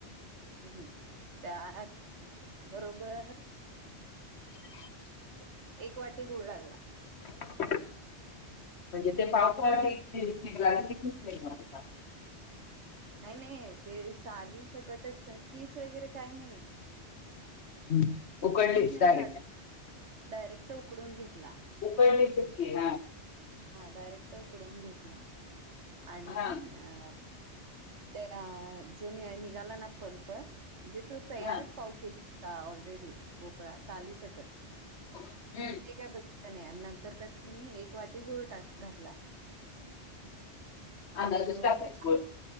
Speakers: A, on the right; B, on the left.
A: हम्, त्यात बरोबर
B: ह <unintelligible>
A: एक वाटी गूळ लागला.
B: <unintelligible> म्हणजे ते पाकट एक दिवस निघला क तच निघ म <unintelligible>
A: नाही नाही ते साली सकटच, कीस वगैरे काय नाही.
B: हम्म. उकडलीस
A: कीस नाही
B: डायरेक्ट.
A: काढला, डायरेक्ट उकडून घेतला.
B: उकळले चचके ना <unintelligible>
A: हा डायरेक्ट उकडवून घेतला, आणि
B: हा
A: अ त्या जो निघाला ना पलप, म्हणजे तो तयारच
B: हा
A: पाव केजी आता ऑलरेडी भोपळा सालीचकट
B: हम्म.
A: काय ब नंतर त्या त्यांनी एक वाटी गुळ टाक घातला
B: अंदाजच
A: आणि दोन
B: टाकायचं
A: ते आठ